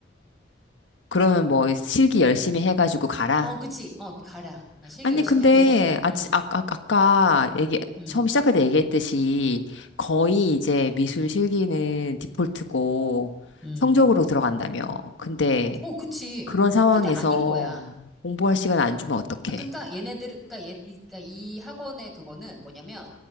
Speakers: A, on the left (about 85°); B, in the centre.
A: 그러면 뭐 실기 열심히 해가지고 가라.
B: 어, 그치. 어, 가라. 나 실기
A: 아니,
B: 열심히
A: 근데,
B: 해. 너네,
A: 아,
B: 음,
A: 아, 아, 아까 얘기,
B: 음,
A: 처음 시작할 때 얘기했듯이 거의 이제 미술 실기는 디폴트고
B: 음.
A: 성적으로 들어간다며. 근데
B: 어, 그치.
A: 그런 상황에서
B: 근데 아닌 거야.
A: 공부할 시간 안
B: 어.
A: 주면 어떡해?
B: 아, 그러니까 얘네들, 그러니까, 얘, 이, 그러니까 이 학원의 그거는 뭐냐면